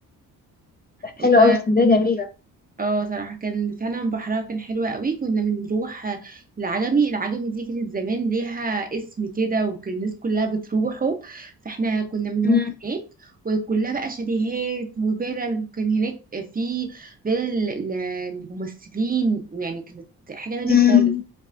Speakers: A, on the left; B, on the right.
A: حلوه
B: و
A: قوي اسكندريه جميله
B: اه صراحة كان فعلا بحرها كان حلو قوي كنا بنروح آه، العجمي العجمي دي كانت زمان ليها اسم كده وكان الناس كلها بتروحه فاحنا كنا بنروح
A: مم.
B: هناك وكلها بقى شاليهات وفيلل وكان هناك في فيلل ل- لممثلين يعني كانت حاجة تانية
A: مم.
B: خالص